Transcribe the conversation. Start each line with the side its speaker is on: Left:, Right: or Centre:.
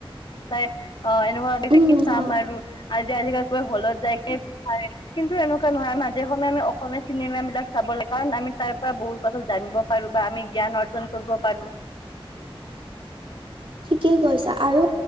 Left: চাই অ' এনেকুৱা লাগি
Right: উম
Left: যে কি চাম
Right: হয়
Left: আৰু আজি আজিকালি চবে হলত যায় কিনে চায়। কিন্তু এনেকুৱা নহয় মাজে সময়ে আমি অসমীয়া চিনেমা বিলাক চাব লাগে কাৰণ আমি তাৰ পৰা বহুত কথা জানিব পাৰো বা আমি জ্ঞান অৰ্জন কৰিব পাৰো।
Right: ঠিকেই কৈছা আৰু